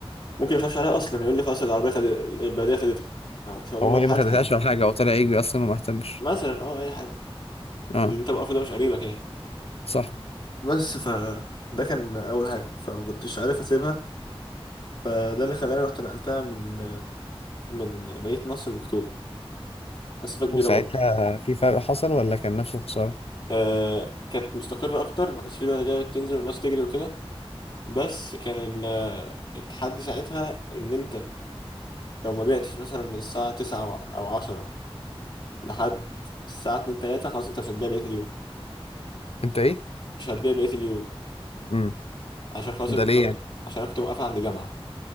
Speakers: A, on the left; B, on the left.
A: ممكن يخافش عليها اصلا يقول لي خلاص العربيه خد البلديه خدتها أنا مش هقول
B: هو
A: له روح
B: هي ما
A: هاتها
B: خدتهاش
A: يعني
B: ولا حاجة هو طلع يجري أصلا وما اهتمش
A: مثلا اه اي حاجه
B: اه
A: اللي انت موقفه ده مش قريبك يعني
B: صح
A: بس ف ده كان اول حاجه فما كنتش عارف اسيبها فده اللي خلاني رحت نقلتها من من مدينة نصر لأكتوبر مسافة كبيرة
B: وساعتها
A: برضه
B: في فرق حصل ولا كان نفسه خسارة
A: آه كانت مستقرة أكتر ما كانش فيه بقى ده تنزل والناس تجري وكده بس كان ال- التحدي ساعتها إن أنت لو ما بعتش مثلا من الساعة تسعة أو أو عشرة لحد الساعة اتنين تلاتة خلاص أنت مش هتبيع بقية اليوم
B: انت ايه؟
A: مش هتبيع بقية اليوم
B: امم
A: عشان خلاص الط-
B: ده ليه يعني؟
A: عشان أنا كنت موقفة عند جامعة